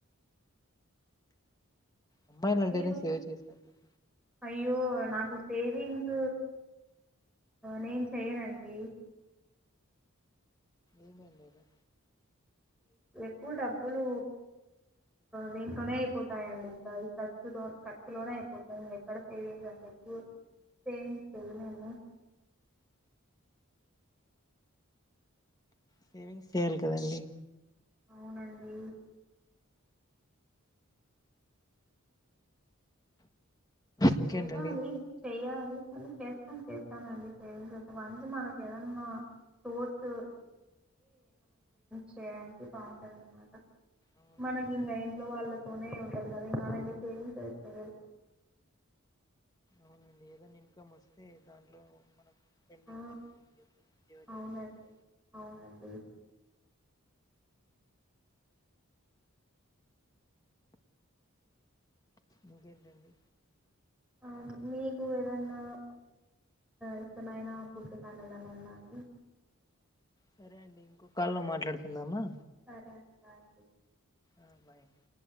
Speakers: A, on the left; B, in the centre.
A: అమ్మాయిలంటేనే
B: మీరు
A: సేవ్ చేస్తారు <inaudible>
B: అయ్యో నాకు సేవింగ్స్ నేను చెయ్యనండి
A: ఏమండలా
B: ఎక్కువ డబ్బులు దీంట్లోనే అయిపోతాయండి ఇంకా ఖర్చుతో ఖర్చులోనే అయిపోతాయండి ఎక్కడ సేవింగ్స్ అండి <inaudible> చెయ్ లేము
A: సేవింగ్స్ చేయాలి కదండి
B: అవునండి
A: ఇంకేంటండి
B: లేవాలి చెయ్యాలి చేస్తాన్ చేస్తానండి సేవింగ్సయితే వన్స్ మనకేదన్నా సోర్సు చేయడానికి బావుంటందనమాట
A: అవునండి
B: మనకింక
A: ఏదైనా
B: ఇంట్లో వాళ్ళతోనే ఉంటది కదా ఇంకా అలా సేవింగ్సే <inaudible>
A: అవునండి ఏదైనా ఇన్కమ్ వస్తే దాంట్లో మనం స్పెండింగ్
B: ఆ
A: అన్ని తీసేసి జీరో
B: అవునండి
A: చేసేయాలి
B: అవునండి
A: ఇంకేంటండి
B: అవును మీకు ఏదన్నా ఇష్టమైన ఫుడ్ కానీ ఏదన్నా ఉందా అండి
A: సరే అండి ఇంకో కాల్ లో మాట్లాడుకుందామా
B: సరే అండి బాయ్ అండి
A: ఆ బాయ్ అండి